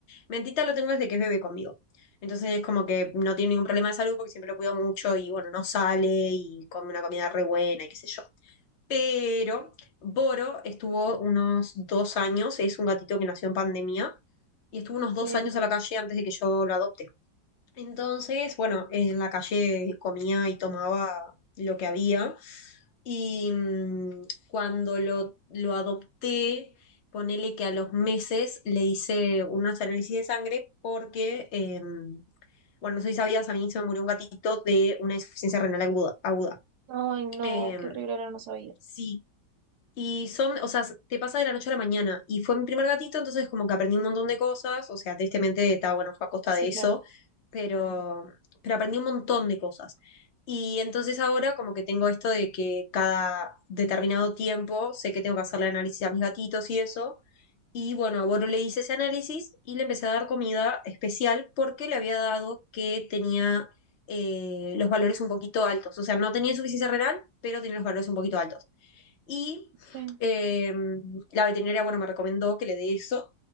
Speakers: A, on the left (about 45°); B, on the right (about 65°).
A: Mentita lo tengo desde que es bebé conmigo. Entonces es como que no tiene ningún problema de salud porque siempre lo cuido mucho y bueno, no sale y come una comida re buena y qué sé yo. Pero Boro estuvo unos dos años, es un gatito que nació en pandemia y estuvo
B: okay,
A: unos dos años a la calle antes de que yo lo adopte. Entonces, bueno, en la calle comía y tomaba lo que había y mm, cuando lo, lo adopté, ponele que a los meses le hice unos análisis de sangre porque, em, bueno, no sé si sabías, a mí se me murió un gatito de una insuficiencia renal aguda. aguda.
B: ay, no,
A: Em,
B: qué horrible, no lo sabía.
A: sí, y son, o sea, te pasa de la noche a la mañana. Y fue mi primer gatito, entonces como que aprendí un montón de cosas. O sea, tristemente, está bueno, fue a costa
B: Sí,
A: de eso.
B: claro,
A: Pero, pero aprendí un montón de cosas. Y entonces ahora como que tengo esto de que cada determinado tiempo sé que tengo que hacerle análisis a mis gatitos y eso. Y bueno, a Boro le hice ese análisis y le empecé a dar comida especial porque le había dado que tenía eh, los valores un poquito altos. O sea, no tenía insuficiencia renal, pero tenía los valores un poquito altos. Y
B: Eh,
A: eh, la veterinaria, bueno, me recomendó que le dé eso.